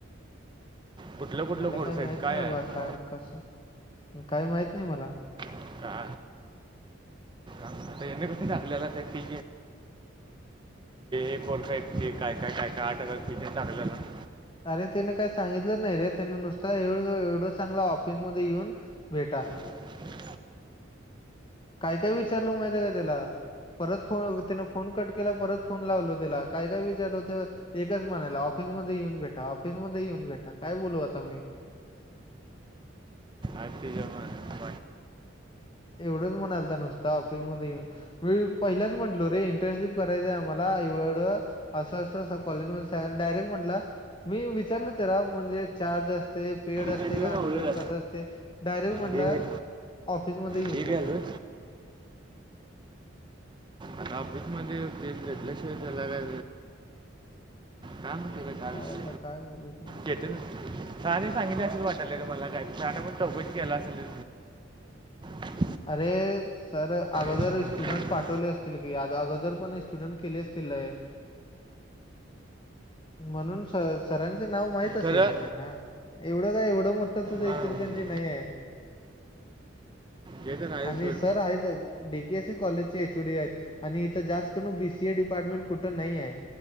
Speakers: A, on the right (about 25°); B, on the left (about 25°).
A: कुठलं कुठलं
B: मला
A: कोर्स
B: काही
A: आहेत
B: माहित
A: काय
B: नाही अबा
A: आहे
B: काय कसं काय माहित नाही मला,
A: का. आता कस टाकलेलाल्यायच ते एक वर्फा आहेत ते काय काय <inaudible> काय काय आठ तिथे चगलं ना <inaudible>
B: आणि त्या काही सांगितलंच नाही रे त्यांना नुसता एवढं चांगला ऑफिस मध्ये येऊन भेटा.
A: ह
B: काय काय विचारल माहित आहे का, त्याला परत फोन त्याने फोन कट केला परत फोन लावलो त्याला काय काय विचारलंत एकाच म्हणायला ऑफिस ऑफिस मध्ये येऊन भेटा ऑफिसमध्ये येऊन भेटा काय बोलू आता म्ही
A: आख ज म <inaudible>
B: एवढंच म्हणाल तर नुसता ऑफिसमध्येध्ये येेऊन मी पहिलाच म्हटलो रे इंटर्नशिप करायचंय आम्हाला अस अस कॉलेज मध्ये सांग डायरेक्ट म्हंट मी विचारल त्याला म्हणजे चार्ज अस पेड असते.
A: पेंटू
B: अनपेड
A: मावलेला
B: कस असते. डायरेक्ट म्हट
A: हे हे
B: ऑफि मध्ये येऊन
A: ठीक
B: भेटा.
A: आहे लो आता ऑफिसमध्ये ते घेेतल्याशिवाय त्याला काय. काय म्ह का का
B: काय
A: विष
B: आता काय बोलू त्यांना
A: येत ना <inaudible> राणे सांगितले अस वाटले ल मला काय आता म्हून चौकशी केला असेल त
B: अरे सर अगोदर
A: शोधून
B: स्टुडंट
A: काढलं.
B: पाठवले असतील की, अज अ अगोदर म्हणे स्टुडन्ट केले असतील लय म्हणून स सरा ते नाव माहित असेल
A: खरं
B: रे त्यांना एवढं काय एवढं मोठ तुझं
A: हां
B: इचलकरंजी नाही ये.
A: ते तर आहे
B: आणि
A: सोड
B: सर आहेतचं डी के सी कॉलेजचे एच ओ डी आहेत आणि इथ जास्त करून बी सी ए डिपार्टमेंट कुठ नाहीये.